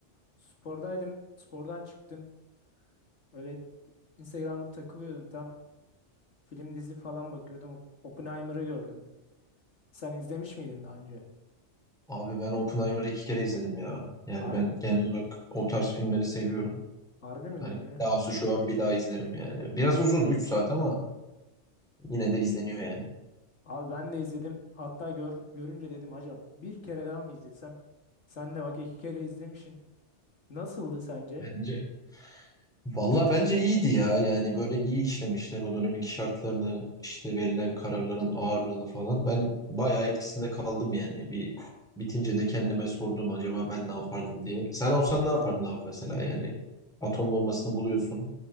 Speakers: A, on the left (about 75°); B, in the centre.
A: Spordaydım. Spordan çıktım. Öyle Instagram'da takılıyordum tam. Film dizi falan bakıyordum. Op- Oppenheimer'ı gördüm. Sen izlemiş miydin daha önce?
B: Abi ben Oppenheimer'ı iki kere izledim ya. Yani
A: Har
B: ben genel olarak o tarz filmleri seviyorum.
A: harbi mi
B: Hani
A: diyorsun ya?
B: daha olsa şu an bir daha izlerim yani. Biraz uzun 3 saat ama yine de izleniyor yani.
A: Abi ben de izledim. Hatta gör görünce dedim acaba bir kere daha mı izlesem? Sen de bak iki kere izlemişsin. Nasıldı sence?
B: Bence Valla bence iyiydi ya. Yani böyle iyi işlemişler o dönemin şartlarını, işte verilen kararların ağırlığını falan. Ben bayağı etkisinde kaldım yani. Bir bitince de kendime sordum acaba ben ne yapardım diye. Sen olsan ne yapardın abi mesela yani? Atom bombasını buluyorsun.